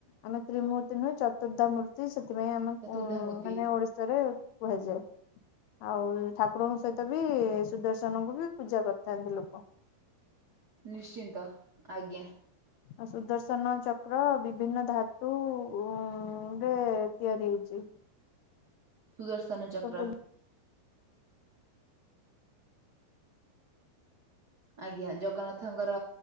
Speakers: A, on the left; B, on the right.
A: ଆମ ତ୍ରିମୂତ୍ତି ନୁହେଁ ଚତୁର୍ଦ୍ଧା ମୁ ସେଥିପାଇଁ ଆମେ
B: ଚତୁର୍ଦ୍ଧାମୂର୍ତ୍ତି
A: ଉ ମାନେ ଓଡିଶାରେ କୁହାଯାଏ ଆଉ ଠାକୁରଙ୍କ ସହିତ ବି ସୁଦର୍ଶନଙ୍କୁ ବି ପୂଜା କରିଥାନ୍ତି ଲୋକ।
B: ନିଶ୍ଚିନ୍ତ ଆଜ୍ଞା।
A: ଆ ସୁଦର୍ଶନ ଚକ୍ର ବିଭିନ୍ନ ଧାତୁ ଉ ହୁଁ ଡେ ତିଆରି ହେଇଚି।
B: ସୁଦର୍ଶନ ଚକ୍ର।
A: ପୂର୍ବ
B: ଆଜ୍ଞା ଜଗନ୍ନାଥଙ୍କର